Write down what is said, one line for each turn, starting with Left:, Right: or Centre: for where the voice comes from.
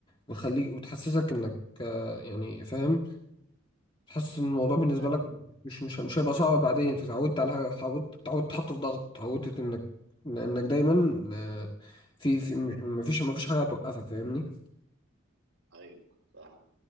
Left: وتخليك وتحسسك انك آه، يعني فاهم تحس ان الموضوع بالنسبه
Right: أيوه
Left: لك مش مش مش هيبقى صعب بعدين انت اتعودت على حاجه اتعودت اتعودت تتحط في ضغط اتعودت انك لانك دايما آه، في في مفيش مفيش حاجه هتوقفك فاهمني
Right: أيوه فاهم